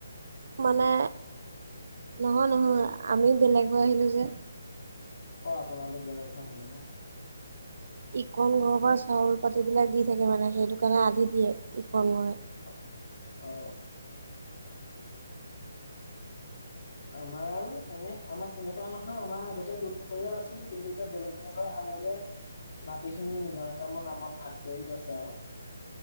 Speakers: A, on the right (about 60°); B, on the left (about 60°).
A: মানে নহয় নহয় আমি বেলেগ হৈ আহিলো যে।
B: অঁ আপোনালোক বেলেগ হয় আহিলে ন।
A: ইকন ঘৰৰ পৰা চাউল পাতি বিলাক দি থাকে মানে সেইটো কাৰণে আধি দিয়ে ইকন ঘৰে।
B: অ অ। উ <inaudible> আমাৰো তেনে আমাৰ তেনেকোৱা নহয় আমাৰ আগতে যৌথ পৰিয়াল আছিল, কিন্তু এতিয়া বেলেগ বেলেগ হৈ মাটিখিনি নিজৰ নিজৰ মোৰ নামত ভাগ কৰি লৈছে আৰু।